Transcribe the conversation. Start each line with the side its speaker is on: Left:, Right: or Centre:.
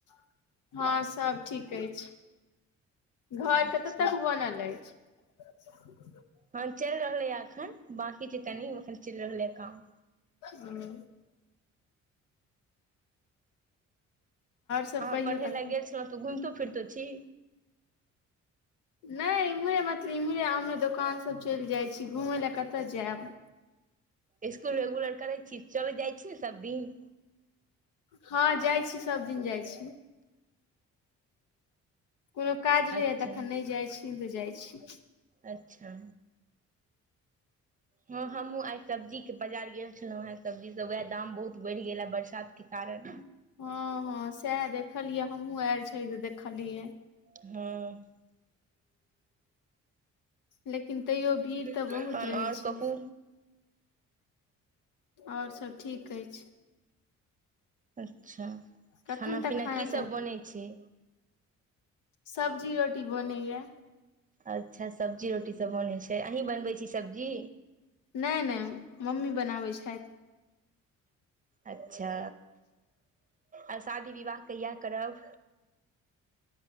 Left: <inaudible> हँ सब ठीक अछि। घर
Right: अच्छा
Left: कते तक बनल अछि? <inaudible>
Right: हँ चलि रहले ह अखन बांकी छै कनी, अखन चलि रहलै ह काम।
Left: हूं। सभ
Right: अहाँ
Left: कहियौ
Right: पढ़े
Left: तखन
Right: ल गेल छलहुँ तऽ घुमतो फिरतो छी।
Left: नहि इम्हरे मतलब इम्हरे अम्हरे दोकान सब चलि जाइ छी, घुमय लए कतय जायब।
Right: इसकु रेगुलर करै छी, चल जाइ छी ने सबदिन।
Left: हँ जाइ छी, सबदिन जाइ छी। कोनो काज रहैए
Right: अच्छा
Left: तऽ एखन नहि जाइत छी, नै जाइत छी।
Right: अच्छा! हँ हमहुँ आइ सब्जीक के बाजार गेल छलहुँ हेँ, सब्जी से उएह दाम बहुत बढ़ि गेल हे बरसात के कारण।
Left: हँ- हँ सएह देखलियै हमूँ आयल छलियै तऽ देखलियै।
Right: हँ।
Left: लेकिन तैयो भीड़
Right: तहन
Left: तऽ बहुत
Right: आओर
Left: रहै छै
Right: कहू।
Left: आओर सभ ठीक अछि।
Right: अच्छा
Left: कखन
Right: खाना-
Left: तक
Right: पीना की
Left: चाही
Right: सब बनै छै।
Left: सब्जी रोटी बनैया।
Right: अच्छा सब्जी रोटीसभ बनैत छै, अहींँ बनबैत छी सब्जी?
Left: नहि -नहि मम्मी बनाबैत छैथ।
Right: अच्छा आ शादी विवाह कहिया करब?